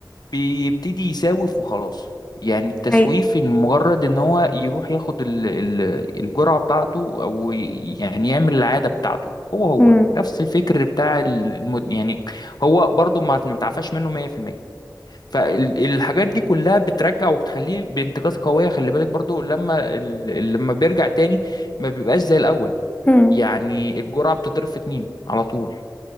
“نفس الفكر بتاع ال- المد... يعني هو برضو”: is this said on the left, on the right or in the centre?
Left